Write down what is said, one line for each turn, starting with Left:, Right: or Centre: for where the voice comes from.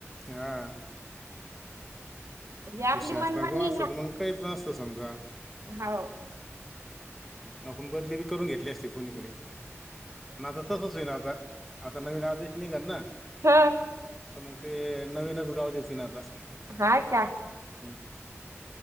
Centre: हा
Right: ही आपली
Centre: ते शासना
Right: मनमानी
Centre: कोण असत तर मग काहीच नसतं समजा
Right: हाव.
Centre: मग आपण बदली मी करून घेतली असते फोनीकडे. ना आता तसच होई ना आता आता नवीन आदेश निघाल ना?
Right: ह
Centre: तर मग ते नवीनच गाव देतील ना आता.
Right: हा का.
Centre: हम्म